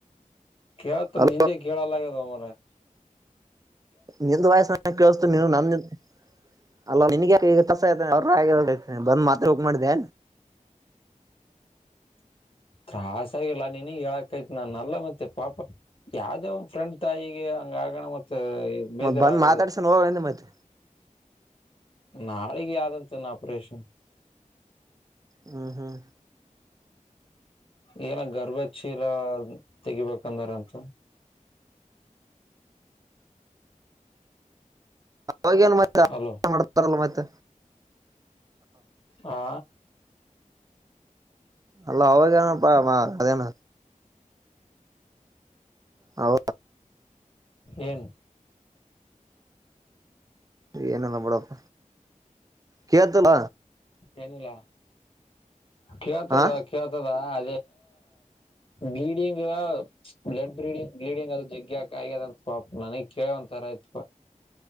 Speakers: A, on the left; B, on the right.
A: ಕೇಳ ತ
B: ಅಲ
A: ನಿಂದೆ ಕೇಳಾ ಲಾಗೆದು ಮಾರಾಯ
B: ನಿಲ್ದ ವಯ ಸ <unintelligible> ಕೇಳತು ನೀ ನ ಅ <unintelligible> ನಿನ್ಸ ಅವ್ರ <unintelligible> ಬಂದ್ ಮಾತ್ ಹೋಗ ಮಾಡಿದೆೆ
A: ತ್ರಾಸ ಆಗಿಲ್ಲ ನಿನಗ್ ಹೇಳಕ್ತತಿ ನಾನ ಅಲ್ಲ ಮತ್ತೆ ಪಾಪ ಯಾವ್ದೇ ಒಂದ ಫ್ರೆಂಡ್ ತಾಯಿಗೆ ಹಂಗ ಆಗಣ ಮತ್ತ ಬೇಜರ್
B: ಮತ್ ಬಂದ್
A: ಆಗದೆ
B: ಮಾತಾಡ್ಸನ್ ಹೋಗಂದ ಮತ್ತೆ
A: ನಾಳಿಗೆ ಯಾವ್ದಂತನ್ ಆಪರೇಷನ್
B: ಹ್ಮ ಹ್ಮ
A: ಏನ ಗರ್ಭಶೀಲ ತೆಗಿಬೇಕಂದಾರಂತ
B: ಅವೇನ್ ಮತ್ತೆ
A: ಅಲೋ
B: <unintelligible> ಮಾಡ್ತಾರಲ್ಲ ಮತ್ತೆ
A: ಹಾ
B: ಅಲ್ಲ ಅವಾಗ <unintelligible> ಹದಣ ಹೌ
A: ಎನ್
B: ಈ ಎನಲ್ಲ ಬಡತ ಕತಲ್ಲ
A: ಏನಿಲ್ಲ ಕೇಳ್ತದ
B: ಹಾ
A: ಕೇಳ್ತದ ಅ ಬ್ಲೀಡಿಂಗ್ ಬ್ಲಡ್ ಬ್ಲೀಡಿಂಗ್ ಬ್ಲೀಡಿಂಗ್ ಅದು ಜಗ್ಗ್ಯಾಕ ಆಗ್ಯದಂತ ಪಾಪ ನನಗ್ ಕೇಳ ಒಂಥರ ಆಯತ್ಪ